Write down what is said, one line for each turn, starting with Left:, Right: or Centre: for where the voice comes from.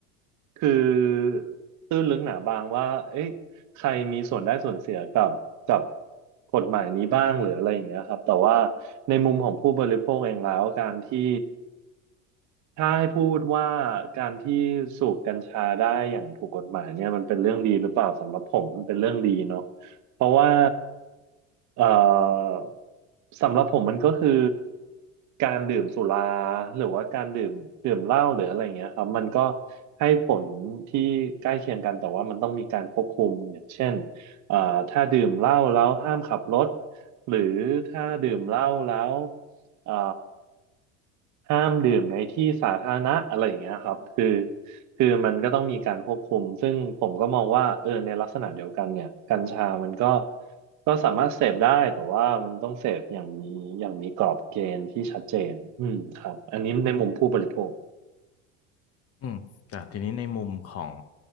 Right: คือตื้นลึกหนาบางว่าเอ๊ะใครมีส่วนได้ส่วนเสียกับกับกฎหมายนี้บ้างหรืออะไรอย่างเงี้ยครับแต่ว่าในมุมของผู้บริโภคเองแล้วการที่ ถ้าให้พูดว่าการที่สูบกัญชาได้อย่างถูกกฎหมายเนี่ยมันเป็นเรื่องดีหรือเปล่าสำหรับผมมันเป็นเรื่องดีเนาะเพราะว่าเอ่อสำหรับผมมันก็คือการดื่มสุราหรือว่าการดื่มดื่มเหล้าหรืออะไรอย่างเงี้ยครับมันก็ให้ผลที่ใกล้เคียงกันแต่ว่ามันต้องมีการควบคุมอย่างเช่นเอ่อถ้าดื่มเหล้าแล้วห้ามขับรถหรือถ้าดื่มเหล้าแล้วเอ่อ ห้ามดื่มในที่สาธารณะอะไรอย่างเงี้ยครับคือคือมันก็ต้องมีการควบคุมซึ่งผมก็มองว่าเออในลักษณะเดียวกันเนี่ยกัญชามันก็ก็สามารถเสพได้แต่ว่ามันต้องเสพอย่างมีอย่างมีกรอบเกณฑ์ที่ชัดเจนอืมครับอันนี้ในมุมผู้บริโภค
Left: อืมแต่ทีนี้ในมุมของ